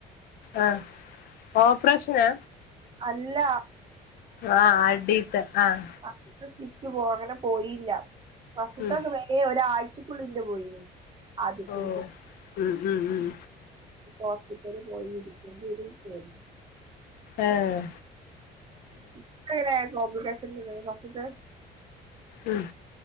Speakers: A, on the left; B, on the right.
A: ആഹ് ഓപ്പറേഷനാ
B: അല്ല
A: ആഹ് അടി തെ ആഹ്.
B: ഫസ്റ്റിത്തെ സ്റ്റിച്ച് പോക പോയില്ല ഫസ്റ്റിത്തെ
A: ഉം
B: വേ ദന ഒരാഴ്ച ഫുള്ള് എന്റെ പോയിന് ആദ്യത്തേന്റെ
A: ഓഹ് ഉം ഉം ഉം
B: ഹോസ്പിറ്റലി പോയി ഇരിക്കണ്ടി വരും പേടിയാ
A: ആഹ്
B: ഇക്കെങ്ങനെ കോബ്ലിക്കേഷനൊന്നുമില്ലേനൊ ഫസ്റ്റിത്തെ
A: ഉം